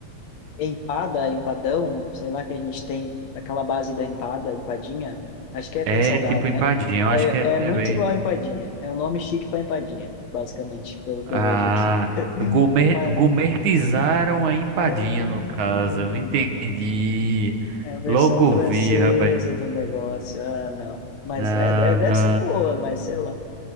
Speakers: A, on the left; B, on the right.
A: Empada, empadão, sei lá que a gente tem aquela base da empada, empadinha. Acho que é, tem
B: é
A: salgado,
B: tipo empadinha,
A: né?
B: eu acho
A: É,
B: que
A: é muito
B: é bem.
A: igual a empadinha. É um nome chique para empadinha, basicamente, pelo que
B: Ah,
A: eu vejo aqui. <laughs>
B: gourmet,
A: Mas,
B: gourmetizaram a empadinha
A: é, uhum.
B: no caso, eu entendi.
A: É a versão
B: Logo
A: francesa
B: vi, rapaz.
A: do negócio. Ah, não. Mas
B: Na,
A: é, deve, deve
B: na,
A: ser boa, mas sei lá.